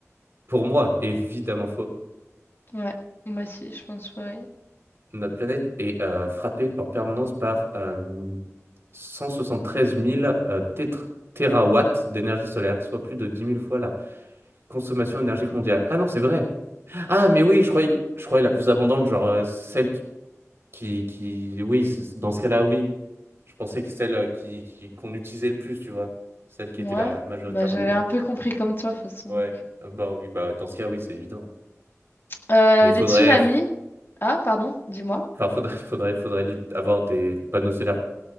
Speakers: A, on the right; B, on the left.
A: pour moi évidemment faux.
B: <laughs> ouais, moi aussi, je pense vrai.
A: Notre planète est euh, frappée en permanence par euh, 173 000 euh, tétra- térawatts d'énergie solaire, soit plus de dix mille fois la consommation énergique mondiale. Ah non, c'est vrai. Ah, mais oui, je croyais, je croyais la plus abondante, genre euh, celle qui, qui, qui- Oui, c'est- dans ce cas-là, oui. Je pensais que celle euh, qui, qui- qu'on utilisait le plus, tu vois. Celle qui
B: Ouais,
A: était la majoritairement
B: bah j'avais
A: présente.
B: un peu compris comme toi, de toute façon.
A: Ouais,
B: donc.
A: Euh, bah oui, bah dans ce cas, oui, c'est évident.
B: Euh,
A: Mais il
B: les
A: faudrait...
B: tsunamis... Ah, pardon, dis-moi.
A: Enfin, faudrait, <laughs> faudrait, faudrait li- avoir des panneaux solaires